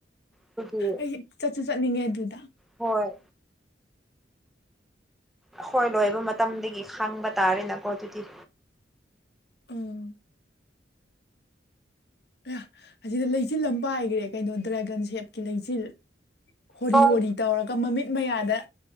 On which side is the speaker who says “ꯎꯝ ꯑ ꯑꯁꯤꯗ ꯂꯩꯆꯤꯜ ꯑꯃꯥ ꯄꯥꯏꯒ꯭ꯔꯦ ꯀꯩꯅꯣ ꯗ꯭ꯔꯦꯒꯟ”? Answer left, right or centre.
Left